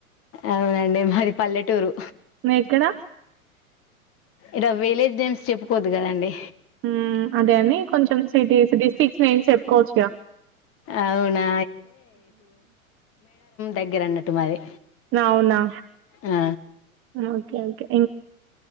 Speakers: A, on the left; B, on the right.
A: అవునండి మది పల్లెటూరు
B: ఎక్కడ
A: ఇర విలేజ్ నేమ్స్ చెప్పుకోద్ద్ కదండి
B: మ్ అదే అని కొంచెం సిటీస్ డిస్టిక్స్ నేమ్స్ చెప్పుకోవచ్చుగా
A: అవునా దగ్గరన్నట్టు మాది
B: అవునా
A: ఆ,
B: ఓకే ఒకే